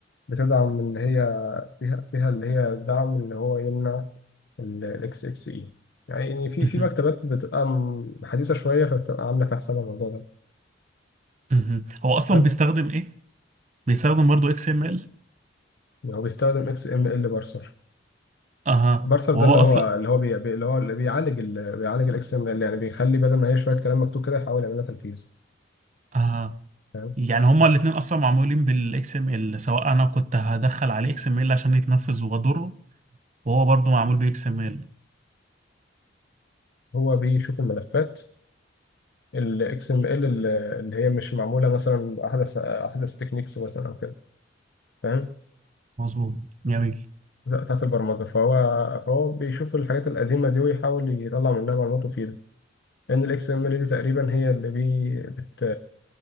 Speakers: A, on the left (about 65°); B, on the right (about 40°).
A: بتدعم ان هي فيها فيها اللي هي دعم ان هو يمنع الاكس اكس اي يعني في
B: مهم.
A: في مكتبات بتبقى م- حديثه شويه فبتبقى عامله في حساب الموضوع ده
B: مهم. هو اصلا
A: حلو
B: بيستخدم ايه بيستخدم برضه اكس ام ال
A: يعني هو بيستخدم اكس ام ال بارسر
B: اها
A: بارسر
B: وهو
A: ده اللي هو
B: اصلا
A: اللي هو بي... بي- اللي هو اللي بيعالج ال... بيعالج الاكسل اللي يعني بيخلي بدل ما هي شويه كلام مكتوب كده يحاول يعملها تنفيذ
B: اها
A: فاهم
B: يعني هما الاثنين اصلا معمولين بالاكس ام ال سواء انا كنت هدخل عليه اكس ام ال عشان يتنفذ واضره وهو برضو معمول بي اكس ام ال
A: هو بيشوف الملفات الاكس ام ال اللي هي مش معموله مثلا احدث احدث تكنيكس مثلا او كده فاهم
B: مظبوط جميل
A: بتاعت البرمجه فهو فهو بيشوف الحاجات القديمه دي ويحاول يطلع منها معلومات مفيده لان الاكس ام ال دي تقريبا هي اللي بي... بت...